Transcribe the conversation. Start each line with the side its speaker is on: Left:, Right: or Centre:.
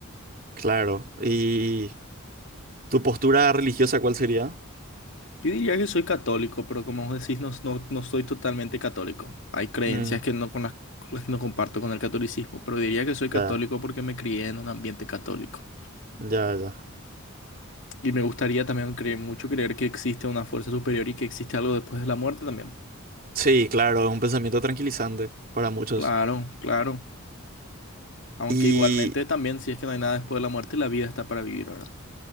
Right: Claro. ¿Y tu postura religiosa cuál sería?
Left: Yo diría que soy católico, pero como vos decís, no, no, no soy totalmente católico. Hay creencias
Right: Mm,
Left: que no, con las, con las que no comparto con el catolicismo, pero diría que soy católico
Right: ya,
Left: porque me crié en un ambiente católico.
Right: ya, ya.
Left: Y me gustaría también creer mucho creer que existe una fuerza superior y que existe algo después de la muerte también.
Right: Sí, claro, es un pensamiento tranquilizante para muchos.
Left: Claro, claro. Aunque
Right: Y
Left: igualmente también, si es que no hay nada después de la muerte, la vida está para vivir, ¿verdad?